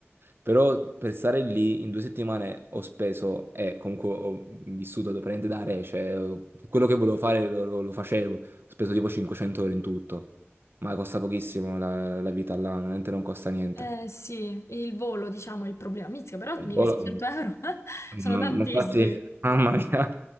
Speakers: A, on the right; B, on the left.
A: Però per stare lì in due settimane ho speso, e comunque ho vissuto praticamente da re, cioè eh, quello che volevo fare lo, lo- lo facevo. Ho speso tipo 500 ore in tutto. Ma costa pochissimo la, la vita là, veramente non costa niente.
B: Eh sì, il volo, diciamo, è il problema. Mizzica, però
A: Il
B: 1600
A: volo...
B: euro <laughs> eh?
A: Mamma
B: sono tantissimi.
A: mia, infatti, mamma mia.